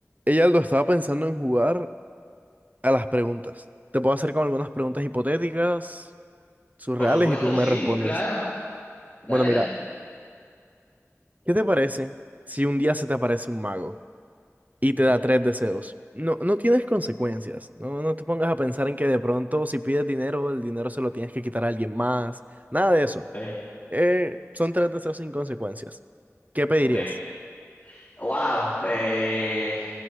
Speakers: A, on the right; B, on the left.
A: Ella lo estaba pensando en jugar a las preguntas. Te puedo hacer con algunas preguntas hipotéticas, surreales,
B: Por supuesto,
A: y tú me
B: sí,
A: respondes.
B: claro. Dale,
A: Bueno, mira,
B: dale.
A: ¿qué te parece si un día se te aparece un mago y te
B: Ujú,
A: da tres deseos? No, no tienes consecuencias. No, no te pongas a pensar en que de pronto si pides dinero, el dinero se lo tienes que quitar a alguien más. Nada de eso.
B: Ok,
A: Eh, son tres deseos sin consecuencias. ¿Qué pedirías?
B: ok. Wow. Eh,